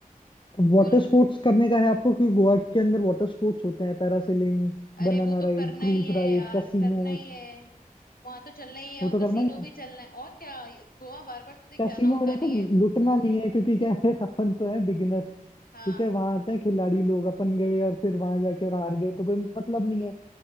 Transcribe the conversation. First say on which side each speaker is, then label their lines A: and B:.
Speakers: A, on the left (about 35°); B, on the left (about 80°).
A: वाटर
B: बोलो
A: स्पोर्ट्स करने का है आपको क्योंकि गोवा के अंदर वाटर स्पोर्ट्स होते हैं parasailing
B: अरे
A: banana
B: वो तो करना
A: ride cruise
B: ही है
A: ride
B: यार
A: casinos
B: करना ही है वहां तो चलना ही है
A: वो
B: और
A: तो करना
B: कसीनो
A: ही है
B: भी चलना है और क्या गोवा बार बार तो देख
A: कैसीनो
B: जाना होता
A: में देखो
B: नहीं है
A: लुटना नहीं है क्योंकि क्या है <laughs> अपन तो है बिगिनर
B: हाँ
A: ठीक है वहां आते हैं खिलाड़ी लोग अपन गए और फिर वहां जाके और हार गए तो कोई मतलब नहीं है